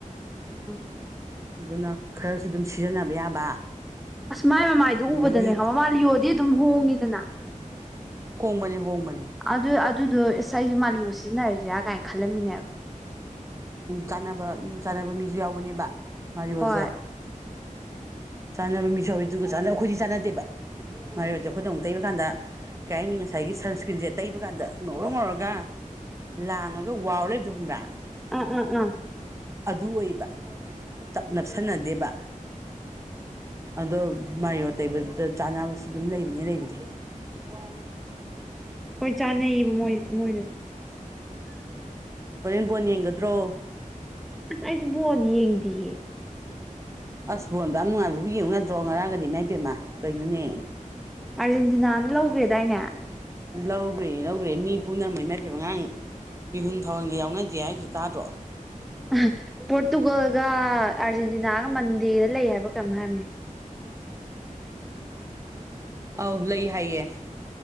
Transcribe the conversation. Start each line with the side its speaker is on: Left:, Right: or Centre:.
Centre: ꯎꯝ
Right: ꯑꯗꯨꯅ ꯈꯔꯥꯁꯨ ꯑꯗꯨꯝ ꯁꯤꯖꯤꯟꯅꯕ ꯌꯥꯕ
Centre: ꯑꯁ ꯃꯥꯏ ꯃꯃꯥꯏꯗꯨ
Right: ꯑꯗꯒꯤ
Centre: ꯎꯕꯗꯅꯦ ꯃꯥꯂꯤꯌꯣꯗꯤ ꯑꯗꯨꯝ ꯍꯣꯡꯉꯤꯗꯅ
Right: ꯍꯣꯡꯕꯅꯦ-ꯍꯣꯡꯕꯅꯦ
Centre: ꯑꯗꯨ-ꯑꯗꯨꯗꯣ ꯏꯁ ꯑꯩꯁ ꯃꯥꯂꯤꯌꯣ ꯁꯤꯖꯤꯟꯅꯔꯥꯁꯤꯔꯥ ꯀꯥꯏꯅ ꯈꯜꯂꯝꯃꯤꯅꯦ ꯍꯥꯏ
Right: ꯆꯥꯅꯕ ꯆꯥꯅꯕ ꯃꯤꯁꯨ ꯌꯥꯎꯕꯅꯦꯕ ꯃꯑꯣꯁꯦ
Centre: ꯍꯣꯏ
Right: ꯆꯥꯅꯕ ꯃꯤꯁꯧꯋꯦ ꯑꯗꯨꯒꯒ ꯆꯥꯟꯅꯕ ꯑꯩꯈꯣꯏꯗꯤ ꯆꯥꯟꯅꯗꯦꯕ ꯃꯔꯣꯏꯁꯦ ꯈꯨꯗꯣꯡ ꯇꯩꯕ ꯀꯥꯟꯗ ꯀꯩ ꯍꯥꯏꯅꯤ ꯉꯁꯥꯏꯒꯤ ꯁꯟꯁꯀ꯭ꯔꯤꯟꯁꯦ ꯇꯩꯕ ꯀꯥꯟꯗ ꯉꯧꯔ ꯉꯧꯔꯒ ꯂꯥꯡꯉꯒ ꯋꯥꯔ ꯂꯩꯕꯗꯣ ꯈꯪꯕ꯭ꯔꯥ
Centre: ꯎꯝ ꯎ ꯎꯝ
Right: ꯑꯗꯨ ꯑꯣꯏꯕ ꯇꯞ ꯅꯞꯁꯟꯅꯗꯦꯕ ꯑꯗꯣ ꯃꯥꯏꯌꯣꯠ ꯇꯩꯕꯗꯨꯗ ꯆꯥꯅꯕꯁꯨ ꯑꯗꯨꯝ ꯂꯩꯕꯅꯦ ꯂꯩꯕꯗꯤ ꯋꯥꯝ
Centre: ꯍꯣꯏ ꯆꯥꯅꯩꯕꯣꯏ ꯃꯣꯏꯗꯗꯤ
Right: ꯍꯣꯔꯦꯟ ꯕꯣꯟ ꯌꯦꯡꯒꯗ꯭ꯔꯣ
Centre: ꯑꯁ ꯑꯩꯗꯤ ꯕꯣꯟ ꯌꯦꯡꯗꯤꯌꯦ
Right: ꯑꯁ ꯕꯣꯟ ꯑꯗꯨꯝ ꯌꯥꯝ ꯅꯨꯡꯉꯥꯏꯕꯕꯨ ꯌꯦꯡꯉꯨꯌꯥꯗ꯭ꯔꯣ ꯉꯔꯥꯡꯒꯗꯤ ꯃꯥꯏꯄꯦꯝꯃꯥ ꯀꯩꯅꯣꯅꯦ
Centre: ꯑꯥꯔꯖꯦꯟꯇꯤꯅꯥꯅ ꯂꯧꯈꯒ꯭ꯔꯦꯗꯥꯏꯅꯦ
Right: ꯂꯧꯒ꯭ꯔꯦꯌꯦ-ꯂꯧꯒ꯭ꯔꯦꯌꯦ ꯃꯤ ꯄꯨꯝꯅꯃꯛ ꯏꯃꯥꯏꯄꯦꯃꯥ ꯉꯥꯔꯥꯡ ꯃꯤꯍꯨꯟ ꯊꯥꯟꯍꯨꯟꯒ ꯌꯥꯎꯅꯗꯦ ꯍꯥꯏꯁꯦ ꯇꯥꯗ꯭ꯔꯣ
Centre: ꯑꯍꯥ ꯄ꯭ꯔꯣꯇꯨꯒꯜꯒ ꯑꯥꯔꯖꯦꯟꯇꯤꯅꯥꯒ ꯃꯟꯗꯦꯗ ꯂꯩ ꯍꯥꯏꯕ꯭ꯔꯥ ꯀꯩꯅꯣꯝ ꯍꯥꯏꯕꯅꯦ
Right: ꯑꯧ ꯂꯩ ꯍꯥꯏꯌꯦ